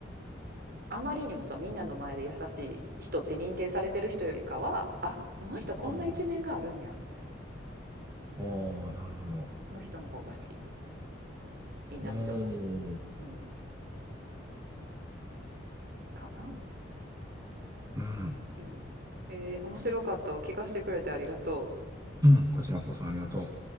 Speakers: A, on the right; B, on the right.
A: あまりにもさ、みんなの前で優しい人って認定されてる人よりかは、あ、この人こんな一面があるんや、
B: ああ、
A: みたいな、
B: ああ、なるほど。
A: の人の方が好き。いいなって思
B: おー
A: う。うん。かな。
B: うん、
A: うん。えー面白かったわ。聞かせてくれてありがとう。
B: うん、こちらこそありがとう。